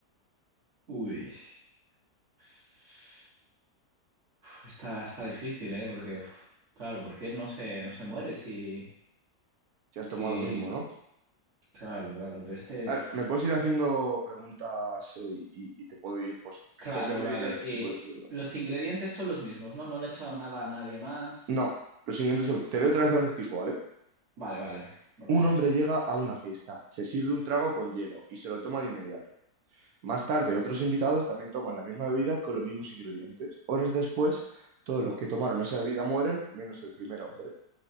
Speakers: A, on the right; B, on the right.
A: Uy. Uf, Está, está difícil, ¿eh? Porque, uf, claro, porque él no se, no se muere si,
B: Se
A: si...
B: han tomado lo mismo, ¿no?
A: Claro, claro, pero este...
B: A
A: uf.
B: ver, me puedes ir haciendo preguntas eh, y, y te puedo ir, pues,
A: Claro,
B: depende
A: vale.
B: de qué,
A: eh,
B: te puedo ir subiendo.
A: los ingredientes son los mismos, ¿no? No le he echado nada a nadie más.
B: No, los siguientes son, te leo otra vez el acertijo, ¿vale?
A: Vale, vale, me parece
B: Un
A: bien.
B: hombre llega a una fiesta, se sirve un trago con hielo y se lo toma de inmediato. Más tarde, otros invitados también toman la misma bebida con los mismos ingredientes. Horas después, todos los que tomaron esa bebida mueren, menos el primer hombre.